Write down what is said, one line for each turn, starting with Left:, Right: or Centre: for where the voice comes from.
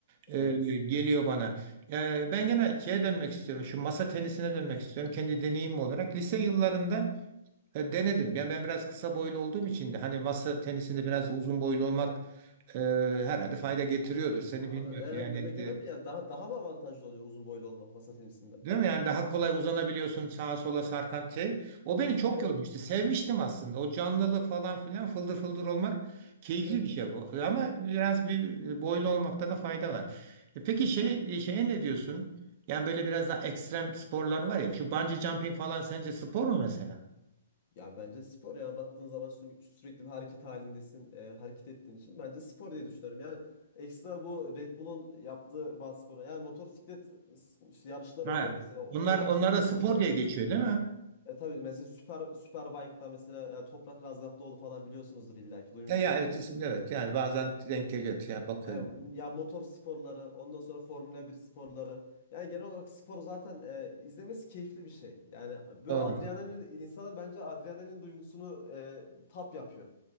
Right: e,
Left: Evet.
Right: geliyor bana. E, ben gene şeye dönmek istiyorum. Şu masa tenisine dönmek istiyorum. Kendi deneyimim olarak. Lise yıllarında e, denedim. Yani ben biraz kısa boylu olduğum için de hani masa tenisinde biraz uzun boylu olmak e, herhalde fayda getiriyordur. Seni
Left: Aa,
Right: bilmiyorum.
Left: e,
Right: Yani
Left: demek önemli yani daha daha mı avantajlı oluyor uzun boylu olmak masa tenisinde?
Right: Değil mi? Yani daha kolay uzanabiliyorsun sağa sola sarkan şey. O beni çok
Left: Evet.
Right: yormuştu. Sevmiştim aslında. O canlılık falan filan fıldır fıldır olmak keyifli
Left: Evet.
Right: bir şey bu. Ama biraz bir boylu olmakta da fayda var. E Peki şey, e, şeye ne diyorsun? Yani böyle biraz daha ekstrem sporlar var ya. Şu bungee jumping falan sence spor mu mesela?
Left: Ya bence spor ya baktığın zaman sü- sürekli bir hareket halindesin, e, hareket ettiğin için bence spor diye düşünüyorum. Yani ekstra bu Red Bull'un yaptığı bazı spora yani motosiklet s- yarışları
Right: Ha.
Left: oluyor mesela o,
Right: Bunlar
Left: o yarışlar
Right: onlara
Left: çok
Right: spor
Left: hoşuma gidiyor.
Right: diye geçiyor değil mi?
Left: E tabii mesela süper Superbike'da mesela ya Toprak Razgatlıoğlu falan biliyorsunuzdur illa ki duymuşsunuzdur.
Right: Ya, ya evet isim evet yani bazen denk geliyor ya bakıyorum.
Left: E, ya motor sporları, ondan sonra Formula bir sporları. Yani genel olarak spor zaten e, izlemesi keyifli bir şey. Yani böyle
Right: Doğru.
Left: adrenalin insanı bence adrenalin duygusunu e, tap yapıyor.